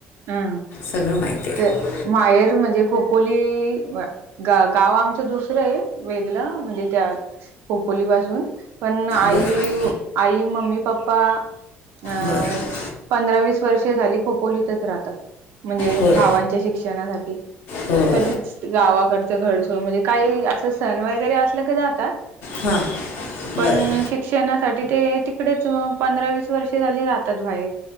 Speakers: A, on the right; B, on the left.
A: हा.
B: सगळं माहिती आहे
A: ते माहेर म्हणजे खोपोली ग-गाव आमचं दुसरं आहे. वेगळ म्हणजे त्या खोपोली पासून पण आई
B: बरं
A: आई, मम्मी, - पप्पा अ
B: बरं
A: पंधरा-वीस वर्ष झाली खोपोली तर म्हणजे
B: होय
A: भावांचं शिक्षणासाठी.
B: होय
A: कधी गावाकडच घरसो म्हणजे काही असं सण वगैरे असलं की जातात.
B: हां
A: <inaudible> पण
B: बरं
A: शि क्षणासाठी ते तिकडेच पंधरा-वीस वर्षे झाली राहतात बाहेर.